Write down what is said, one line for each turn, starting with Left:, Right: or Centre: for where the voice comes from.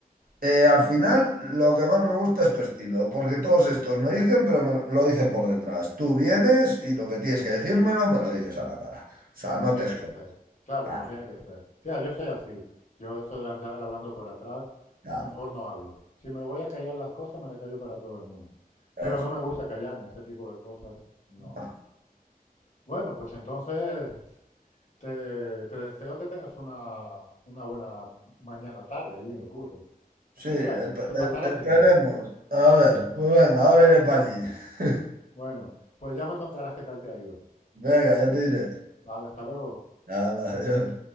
Right: eh, al final lo que más me gusta es tu estilo, porque todos estos me dicen, pero me lo lo dicen por detrás. Tú vienes y lo que tienes que decírmelo, me lo dices a la cara. O sea,
Left: Como
Right: no
Left: tiene
Right: te escondes.
Left: que ser. Claro,
Right: Claro,
Left: como tiene que ser. O sea, yo soy así. Yo eso de andar hablando por atrás,
Right: claro,
Left: mejor no hablo. Si me voy a callar las cosas, me las callo para todo el mundo.
Right: eso
Left: Pero no me gusta callarme, ese tipo de cosas, no.
Right: es.
Left: Bueno, pues entonces te, te deseo que tengas una, una buena mañana tarde allí en el curro.
Right: Sí, esp-
Left: Bueno, se pasará
Right: e-
Left: enseguida.
Right: esperemos. A ver, pues venga, ahora iré para allí. <laughs>
Left: Bueno, pues ya me contarás qué tal te ha ido.
Right: Venga, ya te diré.
Left: Vale, hasta luego.
Right: Hala, adiós.